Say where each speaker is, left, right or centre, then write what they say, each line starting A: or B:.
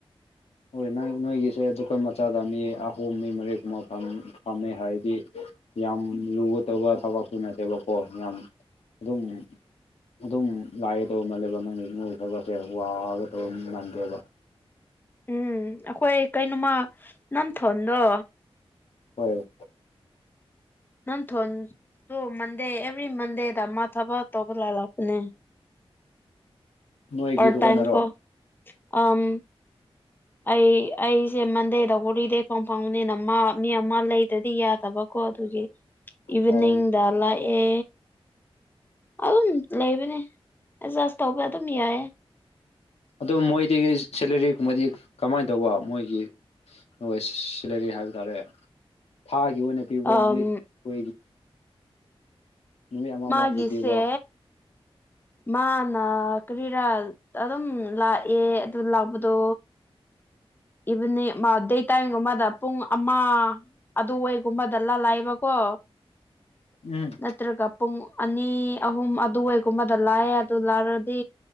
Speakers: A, on the left; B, on the left.
A: ꯍꯣꯏ ꯅꯪ ꯅꯣꯏꯒꯤꯁꯦ ꯗꯨꯀꯥꯟ ꯃꯆꯥꯗ ꯃꯤ ꯑꯍꯨꯝ ꯃꯤ ꯃꯔꯤꯒꯨꯝꯕ ꯐꯝ ꯐꯝꯃꯦ ꯍꯥꯏꯗꯤ ꯌꯥꯝ ꯂꯨꯕ ꯇꯧꯕ ꯊꯕꯛꯁꯨ ꯅꯠꯇꯦꯕꯀꯣ ꯌꯥꯝ ꯑꯗꯨꯝ ꯑꯗꯨꯝ ꯂꯥꯏꯒꯗꯧꯕ ꯃꯥꯜꯂꯦꯕ ꯅꯪꯒꯤ ꯅꯣꯢ ꯊꯕꯛꯁꯦ ꯋꯥꯒꯗꯧꯕ ꯃꯥꯟꯗꯦꯕ
B: ꯎꯝ ꯑꯩꯈꯣꯏ ꯀꯩꯅꯣꯃ ꯅꯝꯊꯣꯟꯗꯣ
A: ꯍꯣꯏ
B: ꯅꯟꯊꯣꯟ ꯇꯣ ꯃꯟꯗꯦ ꯑꯦꯕ꯭ꯔꯤ ꯃꯟꯗꯦꯗ ꯃꯥ ꯊꯕꯛ ꯇꯧꯕ ꯂꯥꯜꯂꯛꯄꯅꯦ
A: ꯅꯣꯏꯒꯤ
B: ꯄꯔꯠ
A: ꯗꯨꯀꯥꯟꯗꯔꯣ
B: ꯇꯥꯏꯝ ꯀꯣ ꯑꯝ ꯑꯩ ꯑꯩ ꯁꯦ ꯃꯟꯗꯦꯗ ꯍꯣꯂꯤꯗꯦ ꯐꯪ ꯐꯥꯎꯅꯤꯅ ꯃꯥ ꯃꯤ ꯑꯃ ꯂꯩꯗ꯭ꯔꯗꯤ ꯌꯥꯗꯕꯀꯣ ꯑꯗꯨꯒꯤ ꯏꯚꯤꯅꯤꯡꯗ
A: ꯑꯣ
B: ꯂꯥꯛꯑꯦ ꯑꯗꯨꯝ ꯂꯩꯕꯅꯦ ꯑꯦꯗꯖꯁ ꯇꯧꯕ ꯑꯗꯨꯝ ꯌꯥꯏꯌꯦ
A: ꯑꯗꯨ ꯃꯣꯏꯗꯒꯤ ꯁꯦꯂꯔꯤꯒꯨꯝꯕꯗꯤ ꯀꯃꯥꯏꯅ ꯇꯧꯕ ꯃꯣꯏꯒꯤ ꯍꯣꯏ ꯁꯤꯂꯔꯤ ꯍꯥꯏꯕ ꯇꯥꯔꯦ ꯊꯥꯒꯤ ꯑꯣꯏꯅ ꯄꯤꯕ꯭ꯔꯣ
B: ꯑꯝ
A: ꯅꯨꯃꯤꯠ ꯍꯣꯏꯒꯤ ꯅꯨꯃꯤꯠ ꯑꯃꯃꯒꯤ
B: ꯃꯥꯒꯤꯁꯦ
A: ꯄꯤꯕ꯭ꯔꯣ
B: ꯃꯥꯅ ꯀꯔꯤꯔꯥ ꯑꯗꯨꯝ ꯂꯥꯛꯑꯦ ꯑꯗꯨ ꯂꯥꯛꯄꯗꯣ ꯏꯕꯅꯦ ꯃꯥ ꯑꯗꯦ ꯇꯥꯏꯝꯒꯨꯝꯃꯗ ꯄꯨꯡ ꯑꯃ ꯑꯗꯨꯋꯥꯏꯒꯨꯝꯕꯗ ꯂ ꯂꯥꯛꯑꯦꯕꯀꯣ
A: ꯎꯝ
B: ꯅꯠꯇ꯭ꯔꯒ ꯄꯨꯡ ꯑꯅꯤ ꯑꯍꯨꯝ ꯑꯗꯨꯋꯥꯏꯒꯨꯝꯕꯗ ꯂꯥꯛꯑꯦ ꯑꯗꯨ ꯂꯥꯛꯔꯗꯤ